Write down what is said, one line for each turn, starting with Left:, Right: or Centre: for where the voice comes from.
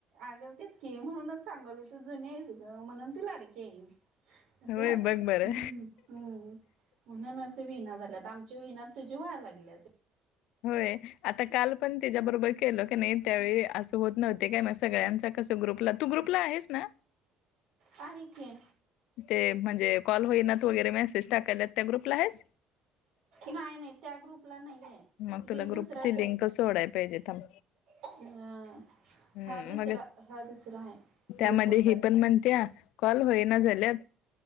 Right: आग तेच की म्हणूनच सांगलोय त जुनी आहेस ग म्हणून तू लाडकी आहेस. अस
Left: होय
Right: व्हायलय.
Left: बघ बरं.
Right: हम्. म्हणून असे विहिना झाल्यात आमची विहिना तुझी व्हा्यलागल्यात.
Left: होय. आता काल पण त्याच्याबरोबर केल क नाही त्यावेळी असं होत नव्हते काय मग सगळ्यांचा कसं ग्रुपला तू ग्रुपला आहेस ना.
Right: आहे की.
Left: ते म्हणजे कॉल होईनात वगैरे मेसेज टाकाल्यात त्या ग्रुपला हाईस.
Right: नाही नाही त्या ग्रुपला नाहीेय.
Left: मग
Right: हे
Left: तुला
Right: दुसराच
Left: ग्रुपची
Right: हाय.
Left: लिंक सोडाय पाहिजे थांब.
Right: हं.
Left: हम्म
Right: हा दुसरा
Left: मग
Right: हा दुसरा हाय ग्रुप
Left: त्यामध्ये
Right: कोणता
Left: ही
Right: त
Left: पण म्हणत्या कॉल होईना झाल्यात